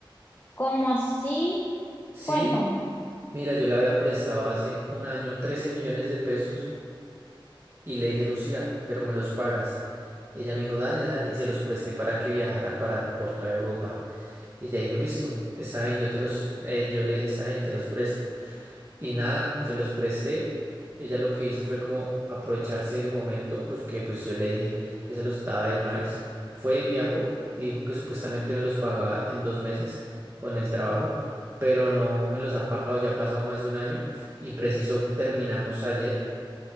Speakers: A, on the left; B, on the right.
A: ¿Cómo así?
B: Sí,
A: Cuéntame.
B: mira, yo le había prestado hace un año 13 millones de pesos y le dije, Lucía, pero me los pagas. Ella me dijo, dale, dale, y se los presté para que viajara para, por toda Europa. Ella dijo, listo, está bien, yo te los, eh, yo le dije, está bien, te los presto. Y nada, se los presté. Ella lo que hizo fue como aprovecharse del momento, pues que pues yo le dije que se los daba de una vez. Fue y viajó y dijo que supuestamente me los pagaba en dos meses con el trabajo, pero no me los ha pagado, ya ha pasado más de un año y preciso terminamos ayer